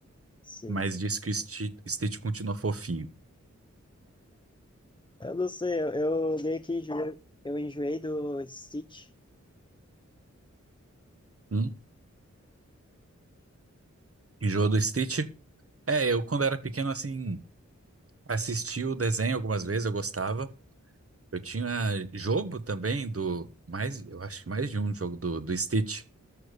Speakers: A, on the left; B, on the right.
A: Sim.
B: mas diz que o Sti- Stitch continua fofinho.
A: Eu não sei, eu, eu meio que enjoei, eu enjoei do Stitch.
B: Hum? Enjoa do Stitch? É, eu quando era pequeno, assim, assisti o desenho algumas vezes, eu gostava. Eu tinha jogo também do, mais, eu acho que mais de um jogo do, do Stitch,